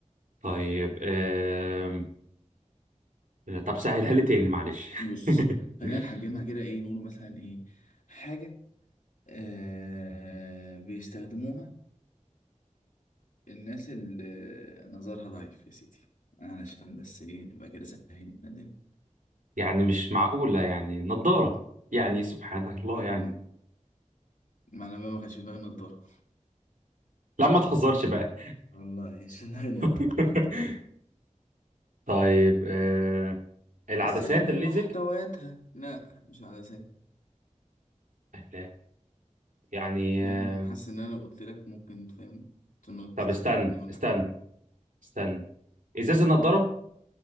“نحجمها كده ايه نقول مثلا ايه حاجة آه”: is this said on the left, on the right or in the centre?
Left